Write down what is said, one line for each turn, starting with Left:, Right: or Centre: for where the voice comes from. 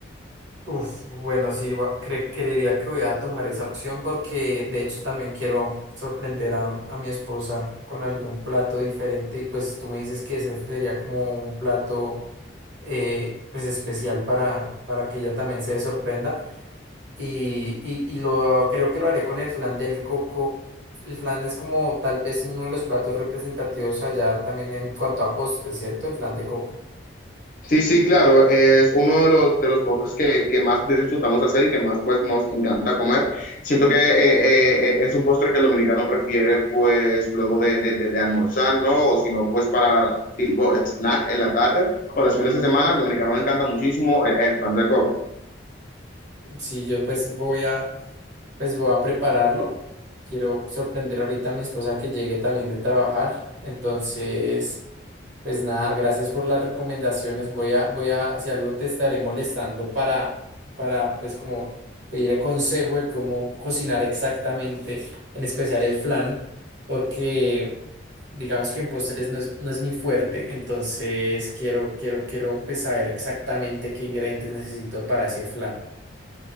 Right: Uf, bueno, sí, va- cre- creería que voy a tomar esa opción porque de hecho también quiero sorprender a, a mi esposa con algún plato diferente y pues tú me dices que ese sería como un plato eh, pues especial para, para que ella también se sorprenda. Y, y, y lo creo que lo haré con el flan del coco. El flan es como tal vez uno de los platos representativos allá también en cuanto a postres, ¿cierto? El flan de coco.
Left: Sí, sí, claro, es uno de los, de los postres que, que más disfrutamos hacer y que más pues nos encanta comer. Siento que eh, eh, eh, es un postre que el dominicano prefiere pues luego de, de, de- de almorzar, ¿no? O si no, pues para tipo snack en la tarde o los fines de semana, al dominicano le encanta muchísimo el, el flan de coco.
Right: Sí, yo pues voy a, pues voy a prepararlo. Quiero sorprender ahorita a mi esposa que llegue también de trabajar. Entonces. Pues nada, gracias por las recomendaciones. Voy a, voy a, si algo te estaré molestando para, para, pues como pedir consejo de cómo cocinar exactamente, en especial el flan, porque digamos que en postres no es, no es mi fuerte, entonces quiero, quiero, quiero pues saber exactamente qué ingredientes necesito para ese flan.